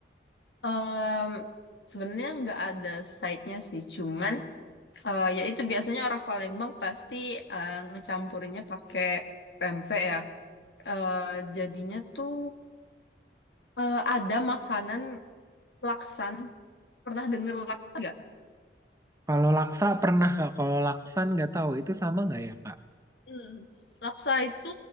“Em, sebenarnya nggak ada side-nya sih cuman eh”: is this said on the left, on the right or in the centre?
Left